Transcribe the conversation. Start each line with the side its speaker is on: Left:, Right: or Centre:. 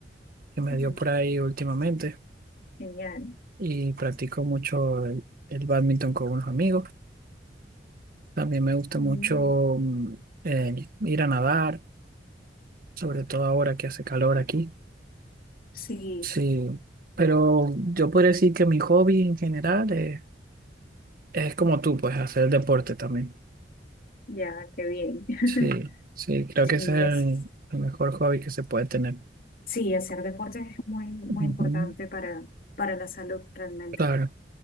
Right: que me
Left: Mm,
Right: dio por ahí últimamente,
Left: Genial.
Right: y practico mucho el, el bádminton con unos amigos. También me gusta
Left: Mm,
Right: mucho mm, el ir a nadar, sobre todo ahora que hace calor aquí.
Left: Sí,
Right: Sí, pero yo podría decir que mi hobby en general es, es como tú, pues, hacer deporte también.
Left: ya, qué bien. <laughs>
Right: Sí, sí, creo
Left: Sí,
Right: que ese es el,
Left: es,
Right: el mejor hobby que se puede tener.
Left: sí, hacer deporte es muy, muy
Right: Ujú,
Left: importante para, para la salud realmente.
Right: Claro,